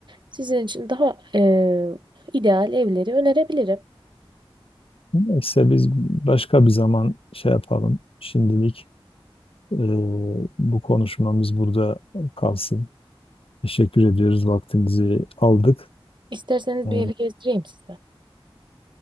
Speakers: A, on the right; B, on the left.
A: sizin için daha e, ideal evleri önerebilirim.
B: neyse biz başka bir zaman şey yapalım. Şimdilik Ee, bu konuşmamız burada kalsın. Teşekkür ediyoruz. Vaktinizi aldık.
A: İsterseniz
B: Ee,
A: bir evi gezdireyim size.